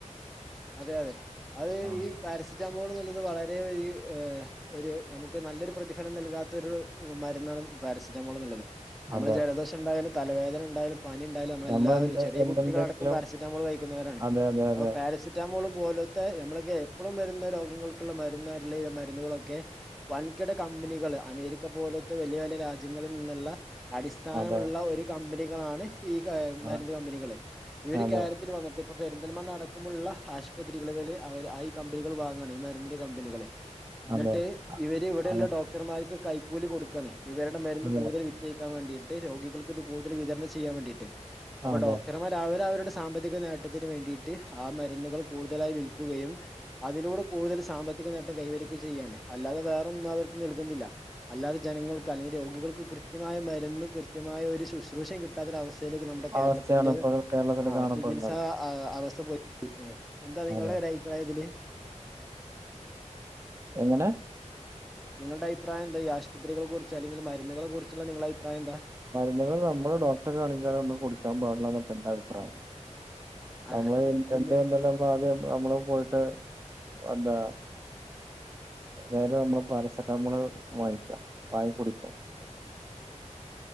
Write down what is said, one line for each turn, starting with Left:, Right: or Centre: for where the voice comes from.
Centre: അതെ അതെ അത്
Right: ആ
Centre: ഈ പാരസെറ്റാമോൾ എന്നുള്ളത് വളരെ ഒരു ഏഹ് ഒരു നമുക്ക് നല്ലൊരു പ്രതിഫലം നൽകാത്തൊരു മരുന്നാണ് പാരസെറ്റമോള് എന്നുള്ളത്, നമ്മള്
Right: അതെ
Centre: ജലദോഷം ണ്ടായാലും, തലവേദനണ്ടായാലും. പനിണ്ടായാലും നമ്മളെല്ലാവരും
Right: നമ്മൾ എന്ത്
Centre: ചെറിയ
Right: എന്തുണ്ടെങ്കിലും
Centre: കുട്ടികളടക്കം പാരസെറ്റാമോൾ കഴിക്കുന്നവരാണ്
Right: അതെ അതെ അതെ
Centre: അപ്പൊ പാരസി സറ്റാമോൾ പോലോത്തെ നമ്മളൊക്കെ എപ്പളും വരുന്ന രോഗങ്ങൾക്ക്ള്ള മരുന്നായിട്ട്ള്ള മരുന്നുകളൊക്കെ വൻകിട കമ്പനികള് അമേരിക്ക പോലോത്ത വലിയ വലിയ രാജ്യങ്ങളിൽ നിന്ന്ള്ള. അടിസ്ഥാനമുള്ള
Right: അതെ
Centre: ഒരു കമ്പനികളാണ്. ഈ മരുന്ന്
Right: ആ
Centre: കമ്പനികള് ഇവര്
Right: അതെ
Centre: കേരത്തിൽ വന്നിട്ട് ഇപ്പൊ പെരിന്തൽമണ അടക്കമുള്ള ആശുപത്രികള് ഇവല് അവര് ഈ കമ്പനികള് വാങ്ങാണ് ഈ മരുന്നിന്റെ കമ്പനികള്. ഇന്നിട്ട്
Right: അതെ
Centre: ഇവര് ഇവിടെള്ള
Right: അതെ
Centre: ഡോക്ടർമാർക്ക് കൈക്കൂലി കൊടുക്കാണെ ഇവര്ടെ മരുന്ന്
Right: അതെ
Centre: കൂടുതല് വി റ്റൊഴിക്കാൻ വേണ്ടീട്ട് രോഗികൾക്കിത് കൂടുതല് വിതരണം ചെയ്യാൻ വേണ്ടീട്ട്, അപ്പൊ
Right: അതെ
Centre: ഡോക്ടർമാർ അവര് അവരുടെ സാമ്പത്തിക നേട്ടത്തിന് വേണ്ടിയിട്ട് ആഹ് മരുന്നുകള് കൂടുതലായി വിൽ ക്കുകയും അതിലൂടെ കൂടുതല് സാമ്പ കനേട്ടം കൈവരിക്കും ചെയ്യാണ് അല്ലാതെ വേറൊന്നും അവർക്ക് നൽകുന്നില്ല. അല്ലാതെ ജനങ്ങൾക്ക് അല്ലെങ്കി രോഗികൾക്ക് കൃത്യമായ മരുന്നും കൃത്യമായ ഒരു ശുശ്രൂഷയും കി കിട്ടാത്തൊര അവസ്ഥയിലേക്ക് നമ്മടെ കേരളത്തിന്റെ
Right: അവസ്ഥയാണ് ഇപ്പൊ കേരളത്തില്
Centre: ആഹ്
Right: കാണപ്പെടുന്നത്.
Centre: ചികിത്സാ ആഹ് അവസ്ഥ പോയിക്കൊണ്ടിരിക്കാണ് എന്ത നിങ്ങളുടെ
Right: അതെ
Centre: ഒരു അഭിപ്രായം ഇതില്.
Right: എങ്ങനെ?
Centre: നിങ്ങൾടെ അഭിപ്രായെന്ത എന്ത ഈ ആശുത്രികളെ കുറിച്ച് അല്ലെങ്കില് മരുന്നുകളെ കുറിച്ച്ള്ള നിങ്ങള്ടെ അഭിപ്രായെന്താ
Right: മരുന്നുകള് നമ്മള് ഡോക്ടറെ കാണികാതെ ഒന്നും കുടിക്കാൻപാടില്ലാന്ന ഇന്റെ അഭിപ്രായം. നമ്മള്
Centre: അതെ പിന്നെ
Right: എന്ത് എന്തെല്ലാം ആദ്യം നമ്മള് പോയിട്ട് എന്താ നേരെ നമ്മള പാരസെറ്റാമോള് വാങ്ങിക്ക വാങ്ങി കുടിക്കും.